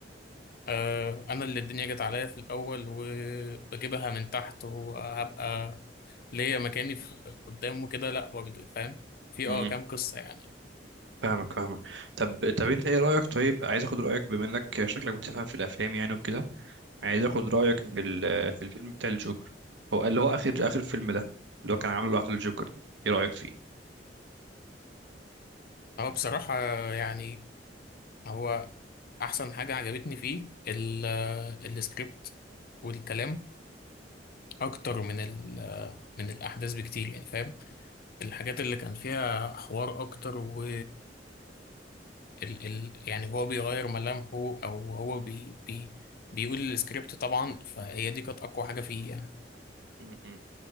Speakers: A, on the left; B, on the right.
A: آه، أنا اللي الدنيا جت عليا في الأول وبجيبها من تحت وهبقى ليا مكاني في قدامه كده لا برضه فاهم في
B: م-
A: اه كام
B: م.
A: قصة يعني
B: فاهمك فاهمك طب طب انت ايه رايك طيب عايز اخد رايك بما انك شكلك بتفهم في الافلام يعني وكده عايز اخد رايك في ال- في الفيلم بتاع الجوكر هو اللي هو اخر اخر فيلم ده اللي هو كان عامله لوحده الجوكر ده ايه رايك فيه
A: هو بصراحة يعني هو احسن حاجه عجبتني فيه ال- السكريبت والكلام اكتر من ال- من الاحداث بكتير يعني فاهم الحاجات اللي كان فيها حوار اكتر و ال ال يعني هو بيغير ملامحه او هو بي بي بيقول السكريبت طبعا فهي دي كانت اقوى حاجه فيه يعني
B: م-م.